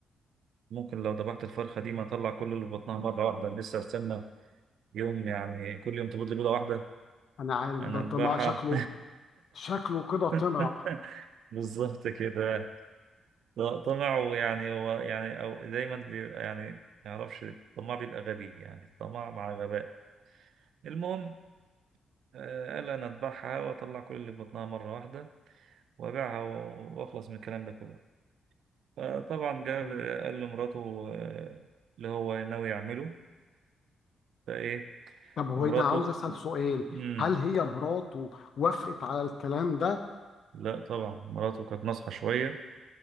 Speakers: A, on the right (about 75°); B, on the left (about 65°).
A: ممكن لو ذبحت الفرخة دي ما اطلع كل اللي في بطنها مرة واحدة لسه استنى يوم يعني كل يوم تبيض لي بيضة واحدة
B: انا عارف
A: أنا
B: ده
A: أذبحها
B: طمع شكله شكله كده طمع
A: <laughs> بالظبط كده ط- طمع ويعني هو يعني أو دايما بيبقى يعني ما يعرفش الطماع بيبقى غبي يعني الطمع مع غباء المهم آه، قال أنا أذبحها وأطلع كل اللي في بطنها مرة واحدة وأبيعها و- وأخلص من الكلام ده كله فطبعا جاب
B: حلو.
A: قال لمراته آه، اللي هو ناوي يعمله فإيه
B: طب هو
A: مراته
B: انا عاوز اسال سؤال
A: مم.
B: هل هي مراته وافقت على الكلام ده
A: لا طبعا مراته كانت ناصحة شوية